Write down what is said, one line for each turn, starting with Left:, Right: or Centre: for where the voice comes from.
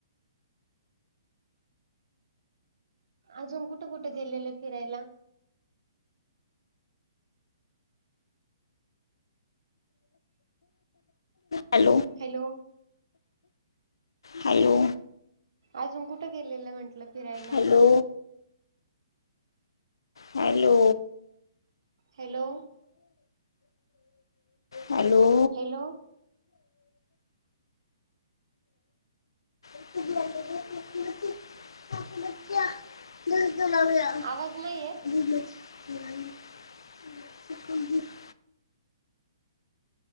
Right: अजून कुठं कुठं गेलेलं फिरायला?
Left: हॅलो.
Right: हॅलो.
Left: हॅलो.
Right: अजून कुठं गेलेलं म्हंटलं फिरायला?
Left: Hello hello.
Right: Hello.
Left: Hello.
Right: Hello.
Left: <inaudible> <inaudible>
Right: आवाज नाही येत